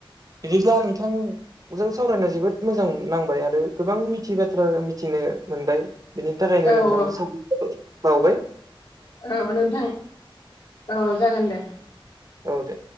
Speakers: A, on the right (about 40°); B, on the left (about 65°).
A: बिदिब्ला नोंथां जों सावरायना जोबोद मोजां नांबाय आरो गोबां मिथियि बाथ्रा मिथिनो मोनबाय बेनि थाखायनो
B: औ
A: नोंथांखौ
B: औ
A: साबायखर बाउबाय
B: औ नोंथां औ जागोन दे
A: औ दे